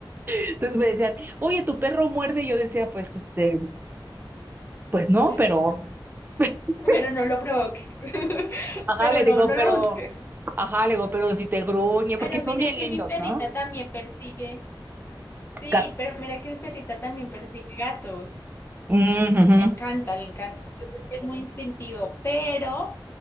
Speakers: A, on the right; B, on the left.
A: Entonces me decían, oye, tu perro muerde. Y yo decía, pues, este, pues no,
B: Pues,
A: pero, <laughs>
B: pero no lo provoques. <laughs>
A: ajá,
B: Pero
A: le
B: no,
A: digo,
B: no
A: pero,
B: lo busques.
A: ajá, le digo, pero si te gruñe,
B: Pero
A: porque son
B: mira
A: bien
B: que
A: lindos,
B: mi perrita
A: ¿no?
B: también persigue. Sí,
A: Cat-
B: pero mira que mi perrita también persigue gatos.
A: Mm, ujú.
B: Le encanta, le encanta. Entonces es muy instintivo, pero